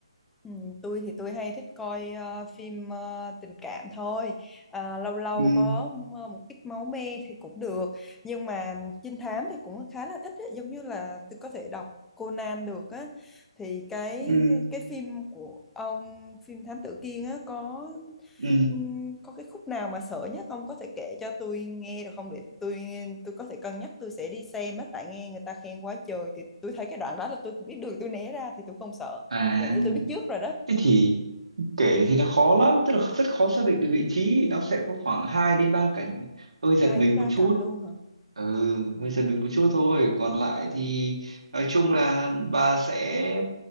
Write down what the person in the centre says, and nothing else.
Ừ, tôi thì tôi hay thích coi ờ, phim ờ, tình cảm thôi à, lâu lâu
có m- một ít máu me thì cũng được nhưng mà trinh thám thì cũng khá là thích ấy. Giống như là tôi có thể đọc Conan được á thì cái
cái phim của ông phim Thám Tử Kiên á có
ừm, có cái khúc nào mà sợ nhất ông có thể kể cho tôi nghe được không để tôi tôi có thể cân nhắc tôi sẽ đi xem á tại nghe người ta khen quá trời thì tôi thấy cái đoạn đó là tôi biết đường tôi né ra thì tôi không sợ
Dạng như tôi biết trước rồi đó.
Hai
đến ba
cạnh luôn hả?
Ồ.